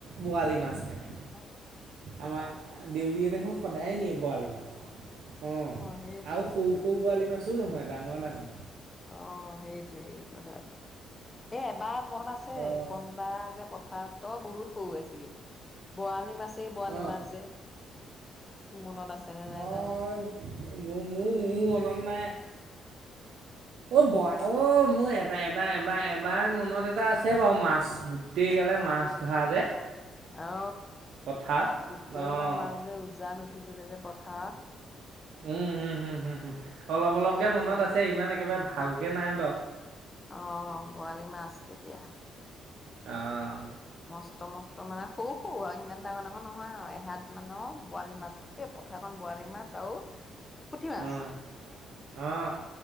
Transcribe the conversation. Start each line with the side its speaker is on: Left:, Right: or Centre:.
Right: বৰালি মাছ থাকে।
Left: ডাগত।
Right: আমাৰ দেউৰীয়ে দেখোন সদায় নিয়ে বৰালি মাছ। অ'
Left: সেইটোৱে,
Right: আৰু সৰু সৰু বৰালি মাছো নহয়, ডাঙৰ ডাঙৰ।
Left: অ' সেইটোয়েই কথাটো এ এবাৰ মনত আছে
Right: অঁ
Left: কন্দা যে পথাৰত তই বহুত সৰু আছিলি বৰালি মাছে। সেই বৰালি
Right: অঁ
Left: মাছ যে। তোৰ মনত আছেনে নাই
Right: অঁ
Left: জানো।
Right: মোৰ মোৰ মোৰ মনত নাই অ' বয়া অ' মোৰ এই এবাৰ এবাৰ এবাৰ মনত এটা আছে বাৰু মাছ গোটেই গালে মাছ ধৰা যে।
Left: অ
Right: পথাৰত
Left: গোটেই
Right: অঁ
Left: সোপা মাছ যে উজান উঠিছিলে যে পথাৰত।
Right: উম হম। হম। হম। হম। অলপ
Left: সেই
Right: অলপকে মনত
Left: বা
Right: আছে ইমান একেবাৰে ভালকে নাই বাৰু।
Left: অ'অ বৰালি মাছ তেতিয়া।
Right: অ
Left: মস্ত মস্ত মানে সৰু সৰু আৰু ইমান ডাঙৰ ডাঙৰ নহয় আৰু এহাত মানৰ বৰালি মাছ গোটেই। পথাৰখন বৰালি মাছ আৰু। পুঠি মাছ।
Right: অহ অ